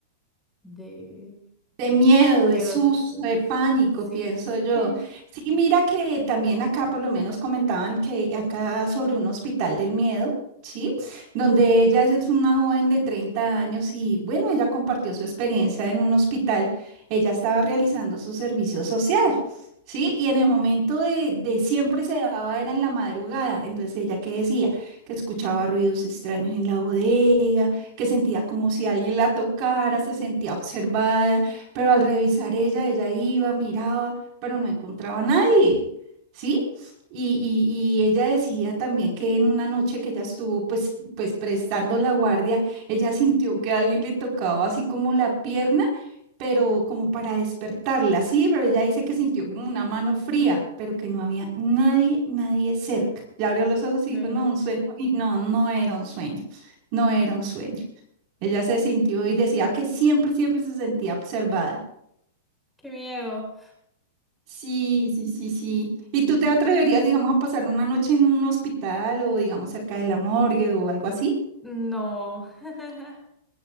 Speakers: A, in the centre; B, on the right (about 40°).
A: de
B: De miedo,
A: miedo,
B: de susto,
A: ese tipo de
B: de
A: cosas.
B: pánico,
A: Sí.
B: pienso yo.
A: <laughs>
B: Sí, mira que también acá por lo menos comentaban que acá sobre un hospital del miedo, ¿sí? Donde ella es una joven de 30 años y bueno, ella compartió su experiencia en un hospital. Ella estaba realizando su servicio social, ¿sí? Y en el momento de, de siempre se daba, era en la madrugada. Entonces ella que decía que escuchaba ruidos extraños en la bodega, que sentía como si alguien la tocara, se sentía observada pero al revisar ella, ella iba, miraba, pero no encontraba a nadie, ¿sí? Y, y- y ella decía también que en una noche que ella estuvo pues, pues prestando la guardia, ella sintió que alguien le tocaba así como la pierna, pero como para despertarla, sí, pero ella dice que sintió como una mano fría, pero que no había nadie, nadie cerca. Ya abrió los ojos y
A: Ay,
B: dijo, no,
A: no.
B: un sueño, y no, no era un sueño, no era un sueño. Ella se sintió y decía que siempre, siempre se sentía observada.
A: Qué miedo.
B: Sí, sí, sí, sí. ¿Y tú te atreverías, digamos, a pasar una noche en un hospital o, digamos, cerca de la morgue o algo así?
A: No. <laughs>